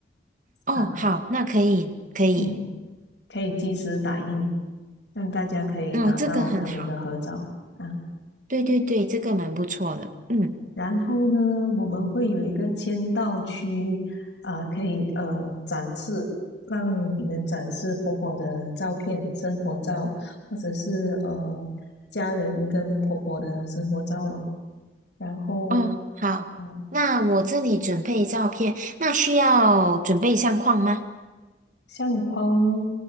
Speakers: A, on the right; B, on the left.
A: 哦，
B: 啊。
A: 好，那可以可以。
B: 嗯。可以即时打印，让大家可以拿到他们的合照啊。
A: 哦，这个很好。对对对，这个蛮不错的。嗯，
B: 然后呢，我们会有一个签到区啊，可以呃展示，让你们展示婆婆的照片、生活照，或者是呃家人跟婆婆的生活照咯。然后，
A: 哦，好，
B: 啊，
A: 那我这里准备照片，那需要准备相框吗？
B: 相框，